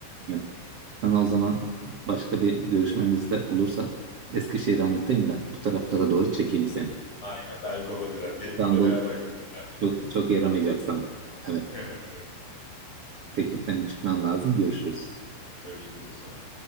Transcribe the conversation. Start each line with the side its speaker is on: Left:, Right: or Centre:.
Right: Evet. Sana o zaman başka bir görüşmemizde olursa Eskişehir'i anlatayım da bu taraflara doğru çekeyim seni.
Left: Aynen belki olabilir abi. Gelin
Right: İstanbul
Left: burada beraber yürüyelim belki.
Right: çok, çok yaramayacak sana. Evet.
Left: <laughs>
Right: Peki benim çıkmam lazım. Görüşürüz.
Left: Görüşürüz Osman abi.